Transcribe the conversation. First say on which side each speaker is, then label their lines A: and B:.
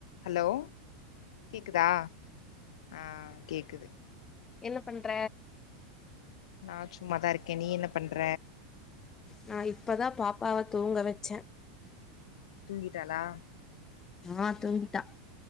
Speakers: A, on the left (about 80°); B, on the left (about 15°).
A: hello கேக்குதா ஆ கேக்குது
B: என்ன பண்ற
A: நா சும்மாதா இருக்க நீ என்ன பண்ற
B: நா இப்பதா பாப்பாவ தூங்க வச்சே
A: தூங்கிட்டாலா
B: ஆ துங்கிட்டா